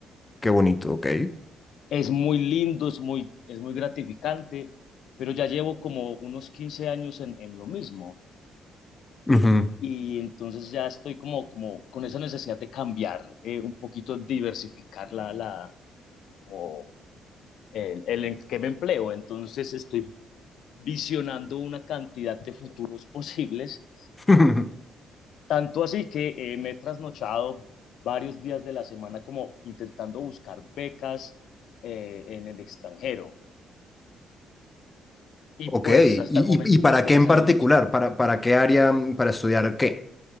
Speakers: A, on the left (about 20°); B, on the left (about 70°).
A: Qué bonito, ok.
B: Es muy lindo, es muy, es muy gratificante, pero ya llevo como unos 15 años en, en lo mismo.
A: Ujú.
B: y entonces ya estoy como, como con esa necesidad de cambiar, eh, un poquito diversificar la, la, como el, el en que me empleo. Entonces estoy visionando una cantidad de futuros posibles,
A: <laughs>
B: tanto así que eh, me he trasnochado varios días de la semana como intentando buscar becas eh, en el extranjero. Y
A: Ok.
B: pues
A: ¿Y,
B: hasta
A: y-
B: el momento
A: y para
B: no es que
A: qué
B: haya
A: en
B: salido
A: particular?
B: mucho.
A: ¿Para, para qué área? mm, ¿Para estudiar qué?